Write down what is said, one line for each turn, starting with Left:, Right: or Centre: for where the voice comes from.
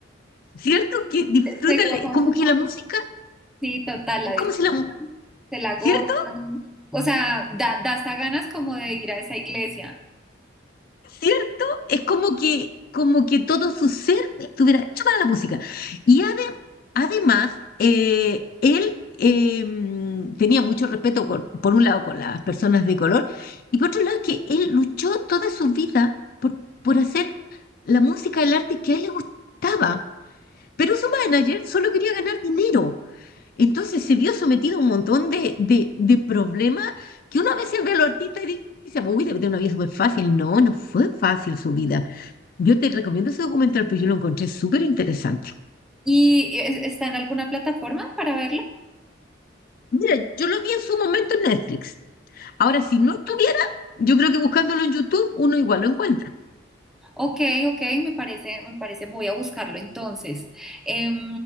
Left: ¿cierto? Que disfrutan,
Centre: se gozan
Left: le- como
Centre: su
Left: que
Centre: sabor.
Left: la música,
Centre: Sí, total, la
Left: es
Centre: disfrutan,
Left: como si la, mu-
Centre: se la gozan.
Left: ¿cierto?
Centre: O sea, da, da hasta ganas como de ir a esa iglesia.
Left: ¿cierto? Es como que, como que todo su ser estuviera hecho para la música. Y ade- además, eh, él eh, tenía mucho respeto, con- por un lado, con las personas de color, y por otro lado, que él luchó toda su vida por, por hacer la música, el arte que a él le gustaba. Pero su manager solo quería ganar dinero. Entonces se vio sometido a un montón de, de, de problemas que uno a veces ve a los artistas y dice, uy, debe tener una vida súper fácil. No, no fue fácil su vida. Yo te recomiendo ese documental, porque yo lo encontré súper interesante.
Centre: ¿Y e- está en alguna plataforma para verla?
Left: Mira, yo lo vi en su momento en Netflix. Ahora, si no estuviera, yo creo que buscándolo en YouTube, uno igual lo encuentra.
Centre: Ok, ok, me parece, me parece, voy a buscarlo entonces. Em,